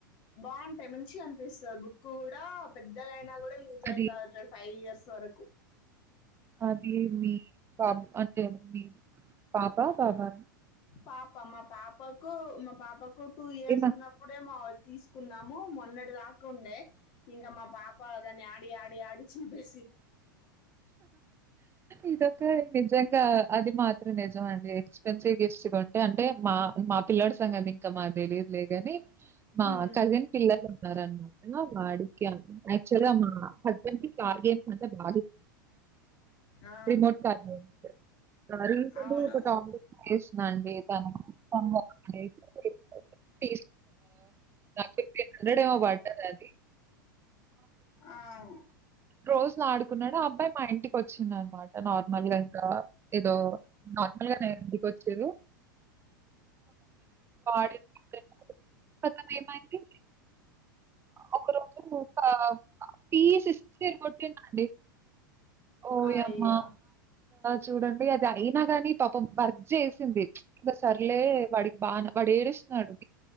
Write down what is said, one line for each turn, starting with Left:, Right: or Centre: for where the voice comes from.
Left: బాగుంట. టై నుంచి కనిపిస్తు బుక్ కూడా పెద్దగాయినా కూడా యజస్
Right: అది
Left: అవుతే అ ఫై స్వరకు
Right: అది మీ బబ <inaudible> ది పాపా పాపా
Left: పాప మా పాపాకు మా పాప నాకు టూ ఇయర్స్
Right: ఏమ
Left: ఉన్నప్పుడే మావచ్చు తీసుకున్నాము మొన్నటి దాకు ఉండే ఇంకా మా పాప దాన్ని ఆడి ఆడి ఆడి చంపే
Right: ఇదొక నిజంగా అది మాత్రం నిజమండీ న్ గిస్ట్గా కొంటే అంటే మా మా పిల్ల సంగం ఇంకా మా తెలియదులేగాని మా
Left: హ్మ్.
Right: కజిన్ పిల్లలు ఉన్నారు <unintelligible> వాడికి ఆక్చుల్గా మా హస్బెండ్ కి కాల్ చేసినంక బాధ
Left: ఆ
Right: రిమోట్ కార్ <unintelligible>
Left: అవును
Right: తీ నా ఫిఫ్టీ హండ్రెడ్ ఏమో పడ్డది అది
Left: ఆ అవును
Right: రోజు నాడు న్నాడు ఆ అబ్బాయి మా ఇంటికొచ్చి కోచిండు అన్నమాట నార్మల్ గా ఇంకా ఏదో నార్మల్ గానే ఇంటికి ఒచ్చిరూ <inaudible> ఏమైంది ఒక రోజు పా పి సిక్స్టిందండి ఓ
Left: అయ్యో
Right: యమ్మ చూడండి అది అయినా గాని పాపం వర్క్ చేసింది ఇంకా సర్లే వాడికి బానే వాడు ఏడుస్ డు